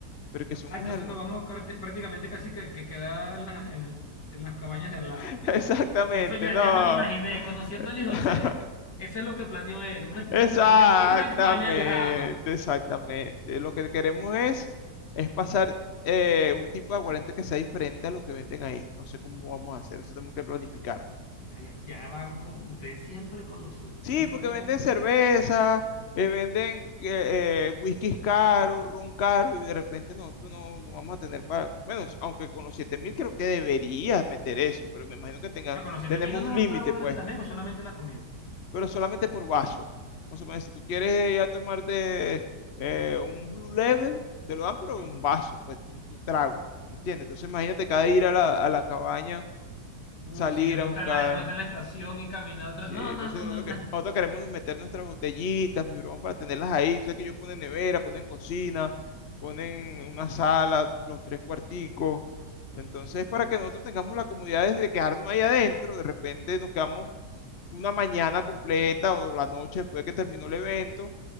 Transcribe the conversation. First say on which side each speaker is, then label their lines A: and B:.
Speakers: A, on the left; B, on the left.
A: pero que son
B: Ah,
A: unas
B: entonces
A: hermosas.
B: nos vamos prácti- prácticamente casi que, que quedar en, las- en- en las cabañas de al lado.
A: <laughs> Exactamente,
B: Eso ya,
A: no.
B: ya me lo imaginé. Conociendo a Luis
A: <laughs>
B: José, eso es lo que planeó él. Una, una
A: Exactamente,
B: cabaña aquí y una <laughs> cabaña al lado.
A: exactamente. Lo que queremos es, es pasar eh, un tipo de aguardiente que sea diferente a lo que venden ahí. No sé cómo vamos a hacer, eso tenemos que planificar.
B: Ya, ya, ya van con ustedes siempre con lo suyo.
A: Sí,
B: Ustedes no
A: porque
B: pueden.
A: venden cerveza, eh, venden eh, eh, whiskies caros, ron caro, y de repente nosotros no, no vamos a tener para. Bueno, s- aunque con los siete mil creo que deberías meter eso, pero me imagino que tenga,
B: O sea, con los 7
A: tenemos
B: mil no nos
A: un
B: dan
A: límite,
B: trago gratis
A: pues,
B: también o solamente la comida.
A: pero solamente por vaso. Más o menos, si tú quieres ya tomarte eh, un Blue Level, te lo dan, pero
B: No.
A: un vaso, pues tu, tu trago, ¿entiendes? Entonces, imagínate cada ir a la, a la cabaña,
B: Uy,
A: salir
B: sí, uno
A: a buscar.
B: está en la, uno está en la estación y camina a otra.
A: Sí,
B: No,
A: entonces
B: no, no,
A: nosotros,
B: no, no.
A: que- nosotros queremos meter nuestras botellitas, mi broma, para tenerlas ahí. Sabes que ellos ponen nevera, ponen cocina, ponen una sala, los tres cuarticos. Entonces, para que nosotros tengamos la comodidad de quedarnos ahí adentro, de repente nos quedamos una mañana completa o la noche después que terminó el evento.